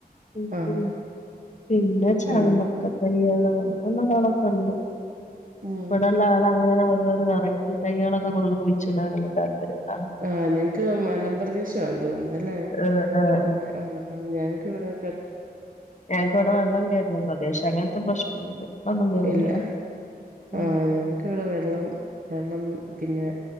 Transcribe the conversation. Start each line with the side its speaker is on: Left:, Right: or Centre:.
Left: <unintelligible>
Right: ആഹ്
Left: പിന്നെ ചാമ്പക്ക
Right: ആഹ്
Left: <unintelligible> നല്ലതണൊക്കെ ഇണ്ട് ഇവിടെള്ള
Right: ഉം
Left: ആള് അങ്ങനെ ഒരോരോ വെറൈറ്റി ഈ തൈകളൊക്കെ കൊട്ന്ന് കുയ്ച്ച്ടാനുള്ള താല്പര്യം ഉള്ള ആളാ
Right: ആഹ് നിങ് ക്ക് മലമ്പ്രദേശാ തോന്നുന്നു അല്ലേ
Left: ആഹ് ആഹ്
Right: മല ആഹ് ഞങ്ങക്ക് ഇവടെ
Left: ഞങ് ക്ക് ഇവടെ വെള്ളം കേറുന്ന പ്രദേശ അങ്ങൻത്തെ പ്രശ്നൊന്നുല്ല വെള്ളൊന്നും കേറൂല
Right: ഇല്ല
Left: ഉം
Right: ആഹ് ഞങ്ങക്ക് വ്ടെ വെള്ളം വെള്ളം പിന്നെ